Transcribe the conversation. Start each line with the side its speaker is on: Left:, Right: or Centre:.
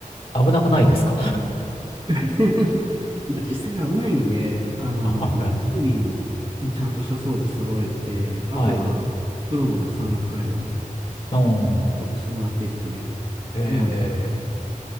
Left: 危なくないですか
Right: <laughs> まあ実際危ないんで、
Left: <laughs>
Right: あの、
Left: あ、なるほど。
Right: 装備も、ちゃんとした装備揃えて、あとは、
Left: はい。
Right: プロの山岳ガイドを一
Left: うん。
Right: つしてもらってっていう
Left: え
Right: のをやっていて、